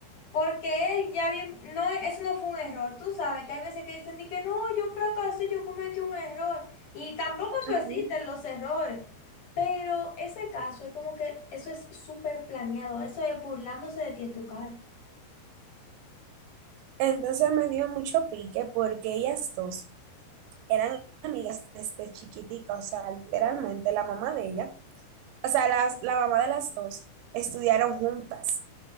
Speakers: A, on the left; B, on the right.
A: Porque él ya bien, no, eso no fue un error. Tú sabes que hay veces que dicen de que no, yo fracasé, yo cometí un error. Y tampoco eso
B: ujú.
A: existen los errores. Pero ese caso es como que eso es súper planeado, eso es burlándose de ti en tu cara.
B: Entonces me dio mucho pique porque ellas dos eran amigas desde chiquitica, o sea, literalmente la mamá de ella O sea, las, la mamá de las dos estudiaron juntas